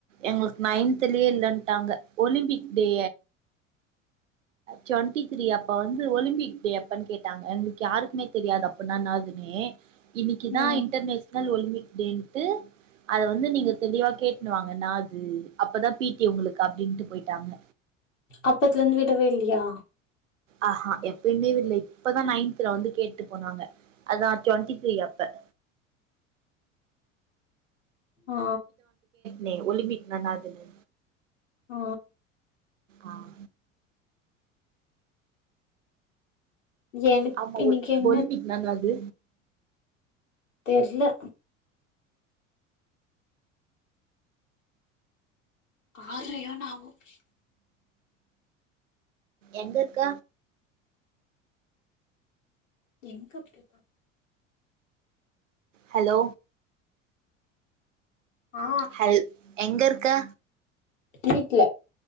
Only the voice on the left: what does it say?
ம்
அப்பத்லேந்து விடவே இல்லியா
ஆ
ஆ
எனக்கு
இன்னைக்கு
என்ன
தெர்ல ஆறயோ நாமுக்கே
எங்கப்டி
ஆ
வீட்ல